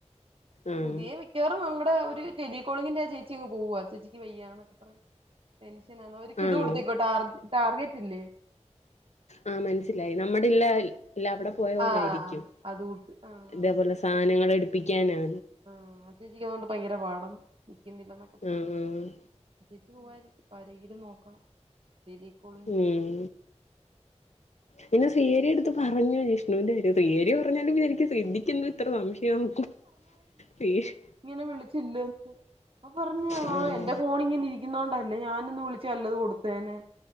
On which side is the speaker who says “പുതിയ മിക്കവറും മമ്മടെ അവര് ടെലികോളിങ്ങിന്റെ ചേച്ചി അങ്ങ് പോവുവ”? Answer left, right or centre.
Right